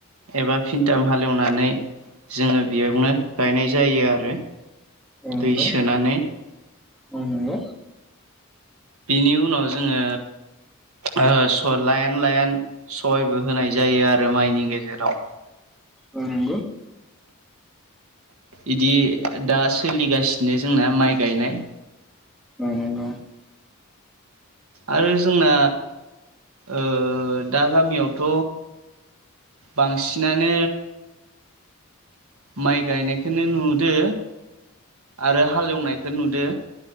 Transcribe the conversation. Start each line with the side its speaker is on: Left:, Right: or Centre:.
Right: एबा फिनथाम हालेवनानै जोङो बेयावनो गायनाय जायो आरो
Centre: औ नंगौ
Right: दै सोनानै
Centre: औ नंगौ।
Right: बेनि उनाव जोङो ओ स' लाइन लाइन स'हायबो होनाय जायो आरो माइनि गेजेराव
Centre: औ नंगौ।
Right: इदि दा सोलिगासिनो जोंना माइ गायनाय
Centre: ओ नंगौ।
Right: आरो जोंना ओ दा गामियावथ' बांसिनानो माइ गायनायखौनो नुदो आरो हालेवनायखौ नुदो